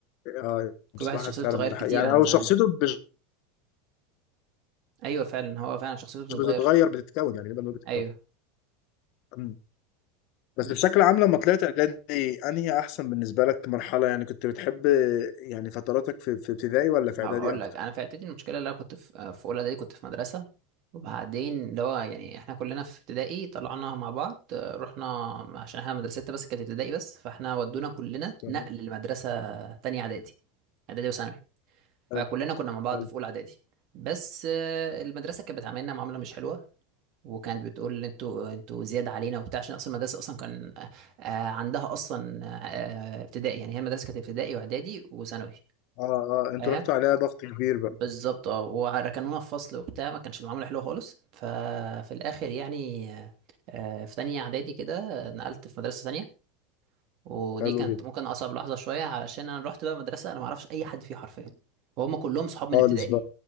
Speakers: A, on the left; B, on the right.
A: اه
B: كل
A: بصراحه
B: واحد شخصيته
A: فعلا
B: بتتغير كتير
A: يعني
B: عن
A: او
B: زمان
A: شخصيته مش
B: ايوه فعلا هو فعلا شخصيته بتتغير
A: مش بتتغير بتتكون يعني نقدر نقول بتتكون
B: ايوه
A: إمم. بس
B: بس
A: بشكل عام لما طلعت اعدادي انهي احسن بالنسبه لك مرحله يعني كنت بتحب يعني فتراتك في في ابتدائي ولا في
B: هبقى
A: اعدادي
B: اقول
A: اكتر
B: لك انا في اعدادي المشكله اللي انا كنت في في اولى اعدادي كنت في مدرسه وبعدين اللي هو يعني احنا كلنا في ابتدائي طلعنا مع بعض آه، رحنا عشان احنا مدرستنا بس كانت ابتدائي بس فاحنا ودونا كلنا
A: يعني
B: نقل لمدرسه تانية اعدادي اعدادي وثانوي فكلنا
A: حلو
B: كنا مع بعض
A: حلو
B: في اولى اعدادي بس آه، المدرسه كانت بتعاملنا معامله مش حلوه وكانت بتقول انتوا انتوا زياده علينا وبتاع عشان اصلا المدرسه اصلا كان آه، عندها اصلا آه، ابتدائي يعني هي المدرسه كانت ابتدائي واعدادي وثانوي
A: اه اه انتوا
B: اه
A: رحتوا عليها ضغط كبير بقى
B: بالظبط اه وركنونا في فصل وبتاع ما كانش المعامله حلوه خالص ففي الاخر يعني آه، آه، في تانية اعدادي كده نقلت في مدرسه تانية ودي
A: حلو
B: كانت
A: جدا
B: ممكن اصعب لحظه شويه علشان انا رحت بقى مدرسه انا ما اعرفش اي حد فيها حرفيا وهم كلهم صحاب من
A: خالص
B: ابتدائي
A: بقى